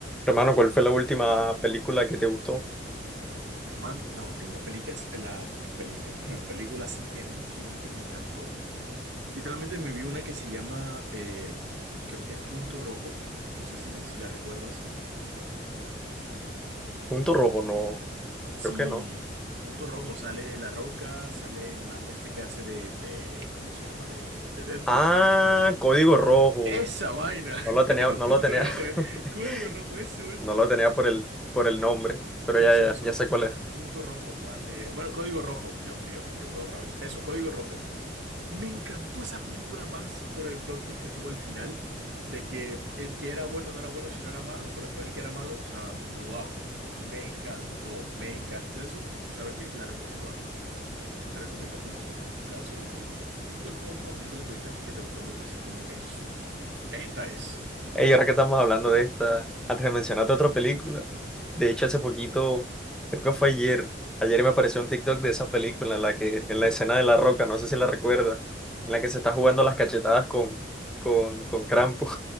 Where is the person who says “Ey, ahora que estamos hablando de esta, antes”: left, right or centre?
Centre